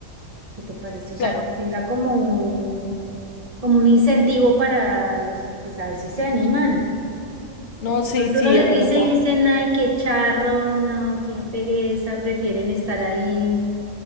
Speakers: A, on the right; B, on the left.
A: ¿qué te parece? O sea,
B: claro.
A: que tenga como un, como un incentivo para los, pues a ver si se animan.
B: No,
A: De
B: sí,
A: pronto
B: sí,
A: uno les
B: es
A: Bueno,
B: verdad.
A: dice y dicen, ay, qué charro, no, qué pereza, prefieren estar ahí